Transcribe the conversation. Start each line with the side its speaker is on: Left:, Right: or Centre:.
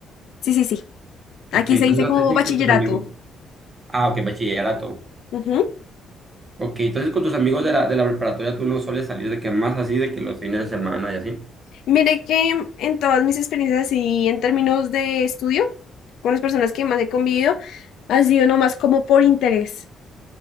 Left: sí, sí, sí.
Right: Ok,
Left: Aquí
Right: entonces
Left: se dice
Right: no
Left: como
Right: sé si
Left: bachillerato.
Right: con tus amigos. Ah, ok, bachillerato.
Left: Ujú.
Right: Ok, entonces con tus amigos de la, de la preparatoria tú no sueles salir de que más así, de que los fines de semana y así.
Left: Mire que en todas mis experiencias y en términos de estudio, con las personas que más he convivido, ha sido nomás como por interés.